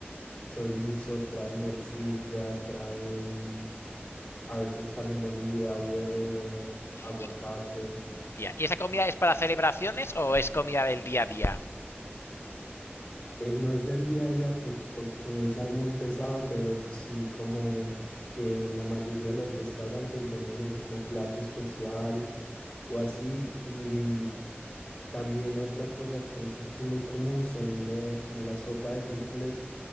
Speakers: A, on the left; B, on the left.
A: chorizo, trae morcilla, trae mm, a veces carne molida, huevo, aguacate.
B: Y, ya, ¿Y esa comida es para celebraciones o es comida del día a día?
A: eh, no es del día a día por- porque es algo muy pesado, pero sí como que la mayoría de los restaurantes venden eso como plato especial o así. Y mm, también otra cosa que es aquí muy común son los como la sopa de frijoles,